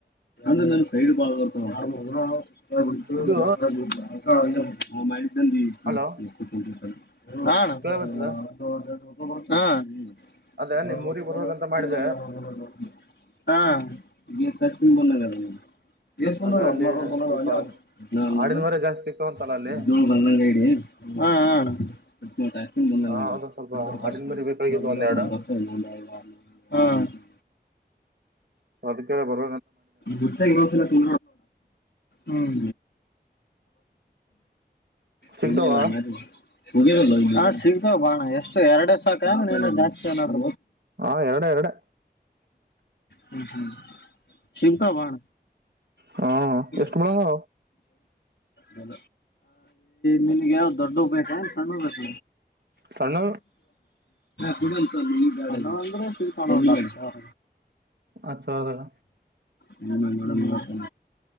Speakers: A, on the left; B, on the right.
A: ನ ನ ಸೈಡ್ ಬಾ ಬರ್ತ ಮಾಡ ವಸ್ <unintelligible>
B: ಇದು ಹಲೋ ಕೇಳಬತ್ತದ ಅದ ನಿಮ್ ಊರಿಗೆ ಬರ್ಬೇಕಂತ ಮಾಡಿದೆ
A: ಅ ಹಾ ಗ ಕಶನ್ ಬಬೇಕ ಎ
B: ಅದ್ರಲ್ಲಿ ಸ್ವಲ್ಪ
A: ಬಂದತ್ನ
B: ಆಡಿನ ಮರಿ
A: ಬ
B: ಜಾಸ್ತಿ ಸಿಕ್ತಾವಂತಲ್ಲ ಅಲ್ಲಿ
A: ಅ ಇ ಹ
B: ಆ ಅದು ಸ್ವಲ್ಪ ಆಡಿನ ಮರಿ
A: ಕಷ್ಟ
B: ಬೇಕಾಗಿದ್ದು ಒಂದೆರಡು
A: ಹ
B: ಅದಕ್ಕೆಡೆ ಬರ
A: ಗುರ್ತ ಬಸ ತು ಹ್ಮ್
B: ಸಿಗ್ತಾವ
A: ಹ್ಮ್ಲ್ಲ ಸಿಗ್ಗತವ ಬಾಣ ಎಷ್ಟು ಎರಡೆ ಸಾಕಮ ನೀವ ಜಾಸ್ತಿ ಏನಡ್ರ
B: ಹಾ ಎರಡು ಎರಡು
A: ಹ ಹ್ಮ ಶವತ ಬಣ
B: ಹಾ ಎಷ್ಟು
A: ಕ
B: ಬಿಡೋದು
A: ಬ ನಿನ್ಗೆ ಯಾವ್ದ್ ದೊಡ್ಡ ಬೇಕಾ ಸಣ್ಣ ಬೇಕ
B: ಸಣ್ಣ
A: ಕೂಡ ಅ ಅಂದ್ರೆ ತ
B: ಹತ್ತು ಸಾವಿರದಾಗ
A: ಹ